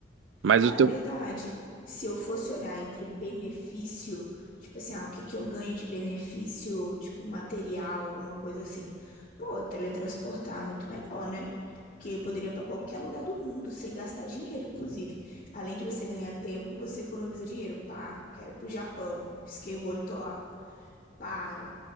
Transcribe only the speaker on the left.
Não,
é
verdade. Se eu fosse olhar entre benefício, tipo assim, ah, o que que eu ganho de benefício, tipo material, alguma coisa assim. Pô, teletransportar é muito melhor, né? Porque eu poderia ir pra qualquer lugar do mundo sem gastar dinheiro, inclusive. Além de você ganhar tempo, você economiza dinheiro. Pá, quero ir pro Japão. Pisquei o olho, tô lá. Pá,